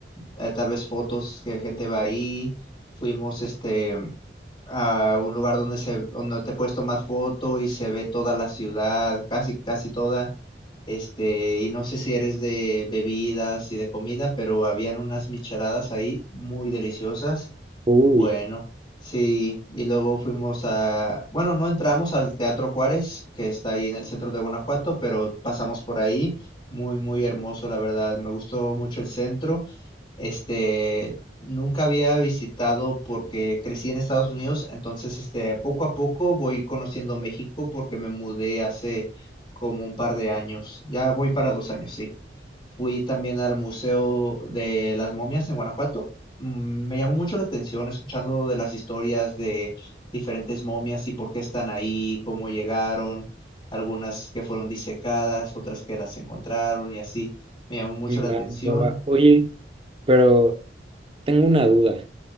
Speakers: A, on the left (about 30°); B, on the right (about 30°).
A: eh, tal vez fotos que gente va ahí. Fuimos este a un lugar donde se donde te puedes tomar foto y se ve toda la ciudad, casi casi toda. Este, y no sé si eres de bebidas y de comida, pero habían unas micheladas ahí muy deliciosas.
B: Uy.
A: Bueno, sí, y luego fuimos a, bueno, no entramos al Teatro Juárez, que está ahí en el centro de Guanajuato, pero pasamos por ahí, muy, muy hermoso, la verdad, me gustó mucho el centro. Este, nunca había visitado porque crecí en Estados Unidos, entonces, este, poco a poco voy conociendo México porque me mudé hace como un par de años, ya voy para dos años, sí. Fui también al Museo de las Momias en Guanajuato. Mm, Me llamó mucho la atención escuchando de las historias de diferentes momias y por qué están ahí, cómo llegaron, algunas que fueron disecadas, otras que las encontraron y así. Me llamó mucho la atención.
B: Va, va, va. Oye, pero tengo una duda.